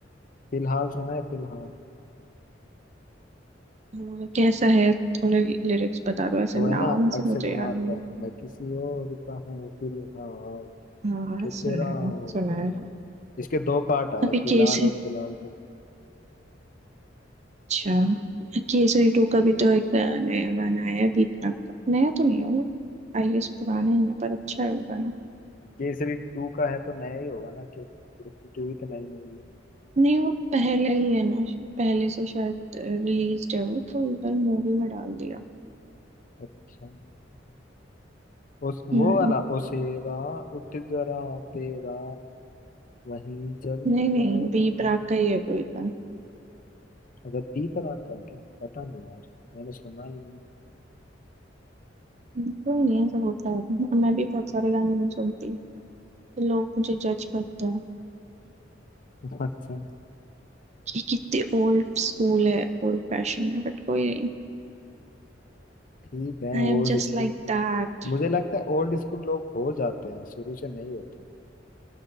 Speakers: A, on the left; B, on the right.
A: फिलहाल सुना है फिलहाल
B: हाँ, कैसा है थोड़े लिरिक्स बता दो ऐसे
A: वो
B: नाम
A: है ना अक्षय
B: से मुझे
A: कुमार
B: याद नहीं
A: का मैं किसी और का हूँ फिलहाल
B: हाँ
A: कि
B: सुना
A: तेरा
B: है
A: हूँ
B: सुना
A: जान
B: है
A: इसके दो पार्ट आए
B: अभी
A: फिलहाल
B: केस
A: और फिलहाल
B: अच्छा केसरी टू का भी तो एक अ, नया गाना आया है बीपना का नया तो नहीं है वो आई गेस पुराना ही है पर अच्छा है वो गाना
A: केसरी टू का है तो नया ही होगा ना के- केसरी टू भी तो नई मूवी है
B: नहीं वो पहले ही है ना श- पहले से शायद रिलीज है वो तो एक बार मूवी में डाल दिया
A: अच्छा उस वो
B: हम्म,
A: वाला ओसेरा उठ जरा तेरा वही जलवा
B: नहीं नहीं बी
A: दिखा
B: प्राक का ही है कोई गाना
A: अच्छा बी पर आता है क्या पता नहीं यार मैंने सुना ही नहीं
B: तो नहीं ऐसा होता है मैं भी बहुत सारे गाने नहीं सुनती तो लोग मुझे जज करते हैं
A: अच्छा
B: कि कितने ओल्ड स्कूल है ओल्ड फैशन है बट कोई नहीं
A: ठीक है
B: I
A: ओल्ड
B: am just
A: स्कूल
B: like that
A: मुझे लगता है ओल्ड स्कूल लोग हो जाते हैं शुरू से नहीं होते